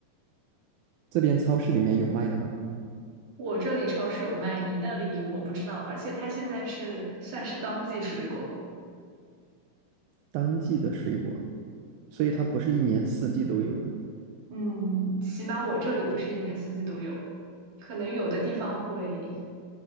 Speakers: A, on the right; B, on the right.
A: 这边超市里面有卖的吗？
B: 我这里超市有卖，你那里我不知道。而且它现在是算是当季水果，
A: 当季的水果，所以它不是一年四季都有的。
B: 嗯，起码我这里不是一年四季都有，可能有的地方会